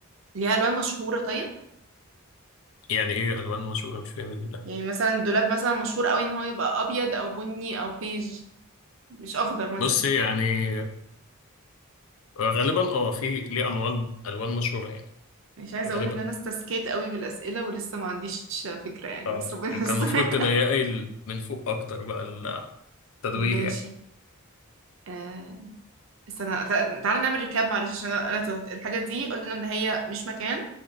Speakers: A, on the right; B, on the left.
A: ليها ألوان مشهورة طيب؟
B: يعني إيه ألوان مشهورة مش فاهم الله
A: يعني مثلا الدولاب مثلا مشهور قوي ان هو يبقى أبيض أو بني أو بيج مش أخضر مثلا
B: بص يعني آه، غالبا أه في ليه ألوان ألوان مشهورة يعني
A: مش عايزة
B: غالبا
A: أقول إن أنا استسكيت قوي بالأسئلة ولسه ما عنديش فكرة يعني
B: أه
A: بس ربنا
B: كان
A: يستر
B: المفروض تضيقي
A: <laughs>
B: ال- من فوق أكتر بقى التدوير
A: ماشي
B: يعني
A: آه، استنى تع- تعالى نعمل ريكاب معلش عشان أنا أنا تهت الحاجة دي قلنا إن هي مش مكان